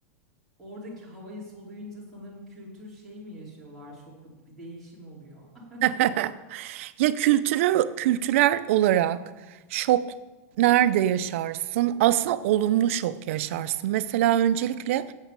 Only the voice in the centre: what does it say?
Oradaki havayı soluyunca sanırım kültür şey mi yaşıyorlar şoku bir değişim oluyor. <laughs>